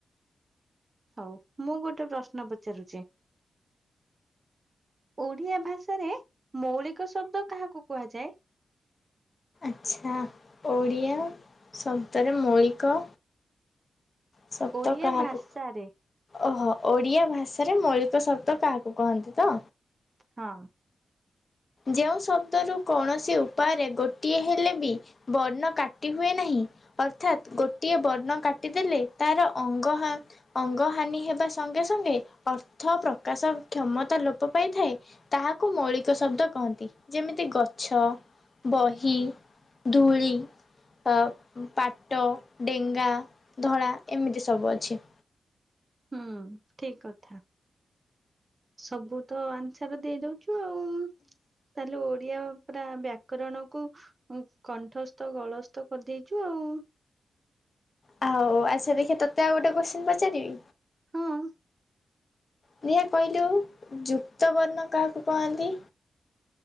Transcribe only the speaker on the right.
ହଉ ମୁଁ ଗୋଟେ ପ୍ରଶ୍ନ ପଚାରୁଛି। ଓଡିଆ ଭାଷାରେ ମୌଳିକ ଶବ୍ଦ କାହାକୁ କୁହାଯାଏ?
ଓଡ଼ିଆ
ଭାଷାରେ
ହଁ।
ହୁଁ ଠିକ କଥା ସବୁତ ଆନସର ଦେଇଦଉ। ଛୁ ଆଉ ତାହେଲେ ଓ ଓଡ଼ିଆ ପୁରା ବ୍ୟାକରଣକୁ କଣ୍ଠସ୍ଥ ଗଳସ୍ତ କରିଦେଇଚୁ ଆଉ।
ହୁଁ।